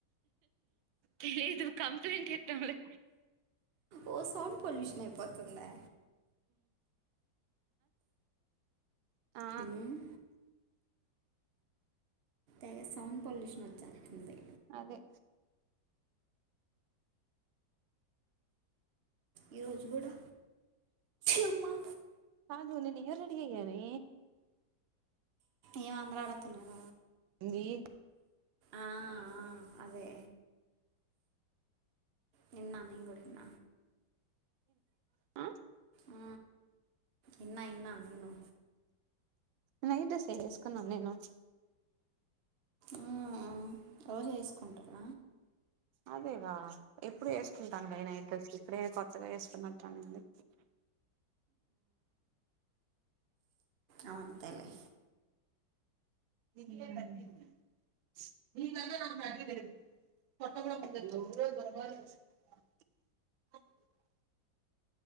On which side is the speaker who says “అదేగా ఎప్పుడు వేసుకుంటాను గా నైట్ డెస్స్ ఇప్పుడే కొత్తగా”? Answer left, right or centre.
Right